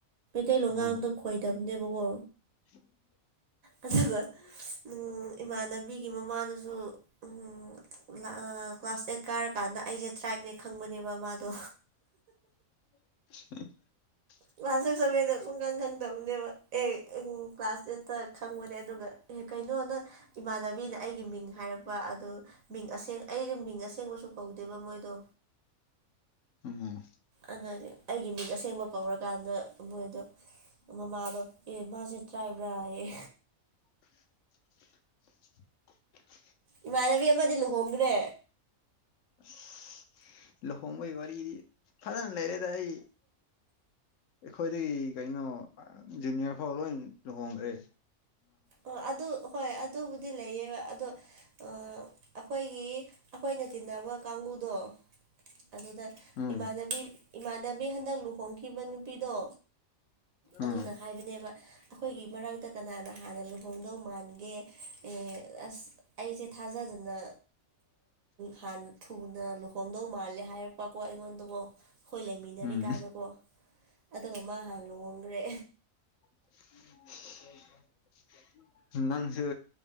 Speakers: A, on the right; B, on the left.
A: ꯇꯩꯂꯣꯟ
B: ꯎꯝ
A: ꯉꯥꯡꯕꯗ ꯈꯣꯏꯗꯕꯅꯦꯕꯀꯣ
B: <unintelligible>
A: ꯑꯗꯨꯒ ꯎꯪ ꯏꯃꯥꯟꯅꯕꯤꯒꯤ ꯃꯃꯥꯗꯨꯁꯨ ꯎꯝ ꯂꯥꯛ ꯀ꯭ꯂꯥꯁ ꯑꯩꯠ ꯀꯥꯔꯀꯥꯟꯗ ꯑꯩꯖꯦ ꯇ꯭ꯔꯥꯏꯞꯅꯦ ꯈꯪꯕꯅꯦꯕ ꯃꯥꯗꯣ
B: <unintelligible>
A: ꯀ꯭ꯂꯥꯁ ꯁꯤꯛꯁ ꯁꯕꯦꯟꯗ ꯁꯨꯡꯀꯪ ꯈꯪꯗꯕꯅꯦꯕ ꯑꯦ ꯎꯝ ꯀ꯭ꯂꯥꯁ ꯑꯦꯠꯇ ꯈꯪꯕꯅꯦ ꯑꯗꯨꯒ ꯑꯦ ꯀꯩꯅꯣ ꯅꯪ ꯏꯃꯥꯟꯅꯕꯤꯅ ꯑꯩꯒꯤ ꯃꯤꯡ ꯍꯥꯏꯔꯛ ꯄ ꯑꯗꯣ ꯃꯤꯡ ꯑꯁꯦꯡ ꯑꯩꯖꯨ ꯃꯤꯡ ꯑꯁꯦꯡꯕꯁꯨ ꯀꯧꯗꯦꯕ ꯃꯣꯏꯗꯣ
B: ꯎꯝ
A: ꯑꯗꯒꯤ ꯑꯩꯒꯤ ꯃꯤꯡ ꯑꯁꯦꯡꯕ ꯀꯧꯔꯀꯥꯟꯗ ꯃꯣꯏꯗꯣ ꯃꯃꯥꯗꯣ ꯑꯦ ꯃꯥꯁꯦ ꯇ꯭ꯔꯥꯏꯕꯔꯥ ꯍꯥꯏꯌꯦ
B: <unintelligible>
A: ꯏꯃꯥꯟꯅꯕꯤ ꯑꯃꯗꯤ ꯂꯨꯍꯣꯡꯒ꯭ꯔꯦ
B: ꯑꯁ ꯂꯨꯍꯣꯡꯕꯒꯤ ꯋꯥꯔꯤꯗꯤ ꯐꯖꯅ ꯂꯩꯔꯦꯗ ꯑꯩ ꯑꯩꯈꯣꯏꯗꯒꯤ ꯀꯩꯅꯣ ꯖꯨꯅꯤꯌꯔ ꯐꯥꯎ ꯂꯣꯏ ꯂꯨꯍꯣꯡꯒ꯭ꯔꯦ
A: ꯑ ꯑꯗꯨ ꯍꯣꯏ ꯑꯗꯨꯕꯨꯗꯤ ꯂꯩꯌꯦꯕ ꯑꯗꯣ ꯑ ꯑꯩꯈꯣꯏꯒꯤ ꯑꯩꯈꯣꯏꯅ ꯇꯤꯟꯅꯕ ꯀꯥꯡꯕꯨꯨꯗꯣ ꯑꯗꯨꯗ
B: ꯎꯝ
A: ꯏꯃꯥꯟꯅꯕꯤ ꯏꯃꯥꯟꯅꯕꯤ ꯍꯟꯗꯛ ꯂꯨꯍꯣꯡꯈꯤꯕ ꯅꯨꯄꯤꯗꯣ ꯑꯗꯨꯅ
B: ꯎꯝ
A: ꯍꯥꯏꯕꯅꯦꯕ ꯑꯩꯈꯣꯏꯒꯤ ꯃꯔꯛꯇ ꯀꯅꯥꯅ ꯍꯥꯟꯅ ꯂꯨꯍꯣꯡꯗꯧ ꯃꯥꯟꯒꯦ ꯑꯦ ꯑꯁ ꯑꯩꯁꯦ ꯊꯥꯖꯗꯅ ꯌꯥꯝ ꯊꯨꯅ ꯂꯨꯍꯣꯡꯗꯧ ꯃꯥꯜꯂꯦ ꯍꯥꯏꯔꯛꯄꯀꯣ ꯑꯩꯉꯣꯟꯗꯀꯣ ꯑꯩꯈꯣꯏ ꯂꯩꯃꯤꯟꯅꯔꯤꯀꯥꯟꯗꯀꯣ
B: ꯎꯝ
A: ꯑꯗꯨꯒ ꯃꯥ ꯍꯥꯟꯅ ꯂꯨꯍꯣꯡꯈ꯭ꯔꯦ
B: <unintelligible> ꯅꯪꯁꯨ